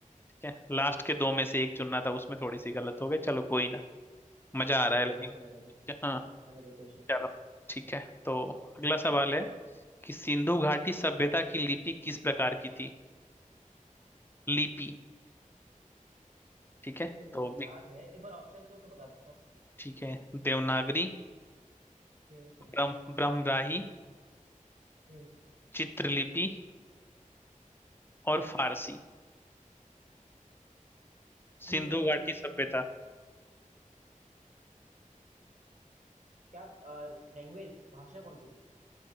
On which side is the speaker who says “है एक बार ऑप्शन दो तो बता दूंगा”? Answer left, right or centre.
Right